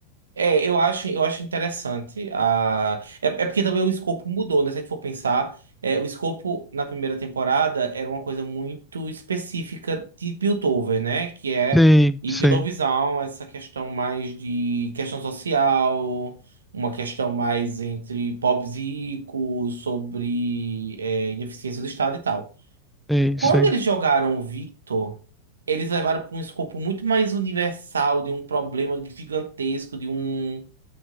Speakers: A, on the right (about 70°); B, in the centre.
A: É, eu acho, eu acho interessante. A... É, é porque também o escopo mudou, né? Se a gente for pensar, é, o escopo na primeira temporada era uma coisa muito específica de Piltover, né? Que é,
B: Sim,
A: e
B: sim,
A: Piltoverzão, essa questão mais de questão social, uma questão mais entre pobres e ricos, sobre é, ineficiência do Estado e tal.
B: sim,
A: Quando
B: sim,
A: eles jogaram o Victor, eles levaram para um escopo muito mais universal, de um problema gigantesco, de um